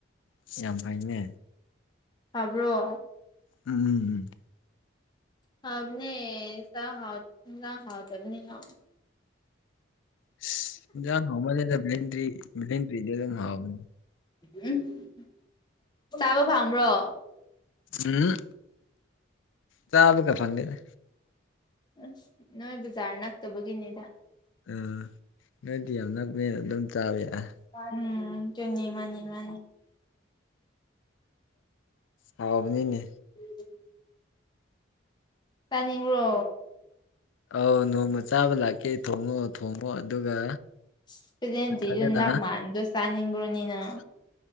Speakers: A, on the left; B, on the left.
A: ꯑꯁ ꯌꯥꯝ ꯐꯩꯅꯦ
B: ꯇꯥꯕ꯭ꯔꯣ
A: ꯎꯝ
B: ꯐꯕꯅꯦ ꯏꯟꯖꯥꯡ ꯍꯥꯎ ꯏꯟꯖꯥꯡ ꯍꯥꯎꯇꯕꯅꯤꯅ
A: ꯏꯁ ꯏꯟꯖꯥꯡ ꯍꯥꯎꯃꯟꯂꯦꯗ ꯕꯤꯂꯦꯟꯗꯔꯤ ꯕꯤꯂꯦꯟꯇ꯭ꯔꯤꯗꯤ ꯑꯗꯨ ꯍꯥꯎꯕꯅꯤ
B: ꯎꯝ ꯆꯥꯕ ꯐꯪꯕ꯭ꯔꯣ
A: ꯎꯝ ꯆꯥꯕ ꯀ ꯐꯪꯗꯦꯗ
B: ꯑꯁ ꯅꯣꯏ ꯕꯖꯥꯔ ꯅꯛꯇꯕꯒꯤꯅꯤꯗ
A: ꯑ ꯅꯣꯏꯗꯤ ꯌꯥꯝ ꯅꯛꯄꯅꯦꯅ ꯑꯗꯨꯝ ꯆꯥꯕ ꯌꯥꯏ
B: ꯎꯝ ꯀꯅꯤ ꯃꯥꯅꯤ ꯃꯥꯅꯤ
A: ꯍꯥꯎꯕꯅꯤꯅꯦ
B: <unintelligible> ꯆꯅꯤꯡꯕ꯭ꯔꯣ
A: ꯑꯧ ꯅꯣꯡꯃ ꯆꯥꯕ ꯂꯥꯛꯀꯦ ꯊꯣꯡꯉꯣ ꯊꯣꯡꯉꯣ ꯑꯗꯨꯒ
B: ꯑꯁ ꯄꯤꯂꯦꯟꯗ꯭ꯔꯤꯗꯨꯗ
A: ꯅꯠꯇ꯭ꯔꯒꯅ
B: ꯅꯞ ꯃꯥꯟꯕꯗꯣ ꯆꯥꯅꯤꯡꯕ꯭ꯔꯣꯅꯦ ꯅꯪ